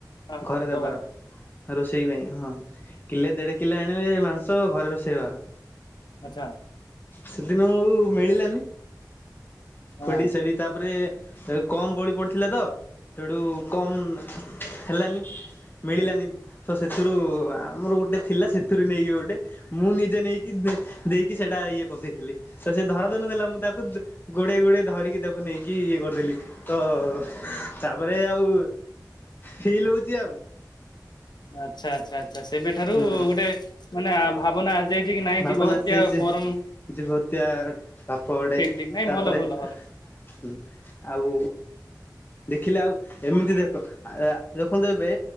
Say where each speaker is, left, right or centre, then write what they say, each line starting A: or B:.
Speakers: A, on the left (about 75°); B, on the left (about 30°).
A: ହଁ
B: ଘରେ
A: ଦବାର
B: ଦେବାର। ରୋଷେଇ ପାଇଁ ହଁ କିଲେ ଦେଢ କିଲେ ଆଣିଲେ ମାଂସ ଘରେ ରୋଷେଇ ହବାର।
A: ଆଛା।
B: ସେଦିନ ଉ ମିଳିଲାନି
A: ହଁ
B: ଖୋଡି
A: ହଁ।
B: ସାଡି ତାପରେ ସେ କମ ବଳି ପଡିଥିଲା ତ ସେଠୁ କମ ହେଲାନି। ମିଳିଲାନି।
A: ହୁଁ
B: ତ ସେଥିରୁ ଆମର ଗୋଟେ ଥିଲା ସେଥିରୁ ନେଇକି ଗୋଟେ ମୁଁ ନିଜେ ନେଇକି ଦେଇକି ସେଇଟା ଇଏ କରିଦେଇଥିଲି ତ ସେ ଧରାଦନଥିଲା ମୁଁ ତାକୁ ଗୋଡେ ଗୋଡେ ଧରିକି ତାକୁ ନେଇକି ଇଏ କରିଦେଲି ତ ତାପରେ ଆଉ ଫିଲ ହଉଛି ଆଉ।
A: ଆଚ୍ଛା ଆଚ୍ଛା ଆଛା ସେବେଠାରୁ
B: ହୁଁ
A: ଗୋଟେ ମାନେ ଭାବନା ଯାଇଛି କି ନାଇଁ
B: ଭାବନା
A: ଜୀବ ହତ୍ୟା
B: ଆସି ଆସି
A: ପରମ୍
B: ଜୀବହତ୍ୟା ବାପ ଅଡେ
A: ଠିକ ନାଇଁ
B: ତାପରେ
A: ଭଲ ଭଲ ଭଲ
B: ହୁଁ ଆଉ ଦେଖିଲେ ଆଉ ଏମିତି ଦେଖ ଦେଖନ୍ତୁ ଏବେ